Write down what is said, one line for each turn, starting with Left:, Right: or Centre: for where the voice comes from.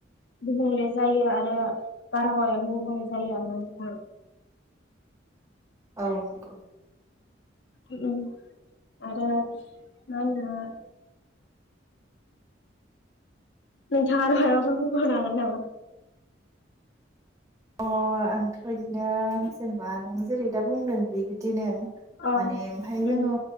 Left: गुबुंले जायो आरो बारहावायाबो गुबुंले जायो आरोना नोंथां। <inaudible>
Right: औ नंगौ।
Left: उम आरो मा होनो नोंथांआ आरो हायावबो लुगारनो हागोननामा?
Right: अ आंथ' इदिनो जेनेबा नों जेरै दा बुंदों बि बिदिनो।
Left: अ
Right: माने ओमफ्राय जोङो
Left: उम